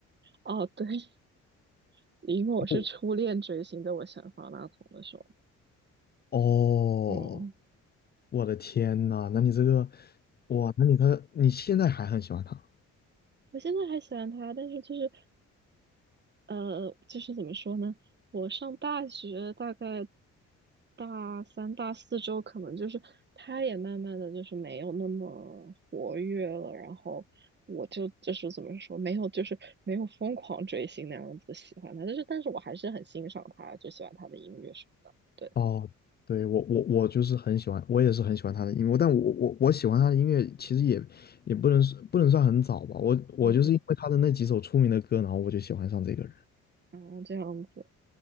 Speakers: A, on the right; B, on the left.
A: 哦，对，<laughs> 因为我是初恋追星，
B: <laughs>
A: 对我喜欢方大同的时候，
B: 哦，
A: 嗯，
B: 我的天呐，那你这个，哇，那你他你现在还很喜欢他？
A: 我现在还喜欢他，但是就是。呃，就是怎么说呢？我上大学大概大三、大四之后，可能就是他也慢慢的就是没有那么活跃了，然后我就就是怎么说，没有就是没有疯狂追星那样子喜欢他，就是但是我还是很欣赏他，就喜欢他的音乐什么的。对，
B: 哦，对，我我我就是很喜欢，我也是很喜欢他的音乐，但我我我喜欢他的音乐其实也也不能不能算很早吧，我我就是因为他的那几首出名的歌，
A: 嗯嗯，
B: 然后我就喜欢上这个人，
A: 然后这样子，